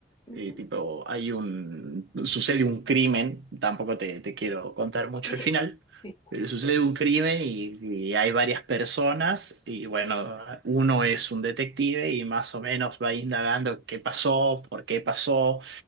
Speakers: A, on the left; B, on the right.
A: Ujú.
B: Y tipo, hay un, sucede un crimen, tampoco te, te quiero contar mucho
A: <laughs>
B: el final,
A: Sí.
B: pero sucede un crimen y, y hay varias personas y bueno, uno es un detective y más o menos va indagando qué pasó, por qué pasó,